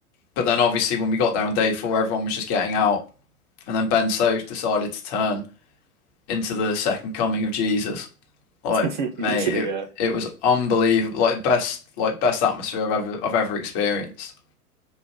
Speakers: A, on the left (about 35°); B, on the right (about 35°).
A: But then obviously when we got there on day four, everyone was just getting out. And then Ben Stokes decided to turn into the second coming of Jesus. Like,
B: <laughs> Literally,
A: mate, it
B: yeah,
A: it was unbelievable. Like best like best atmosphere I've ever I've ever experienced.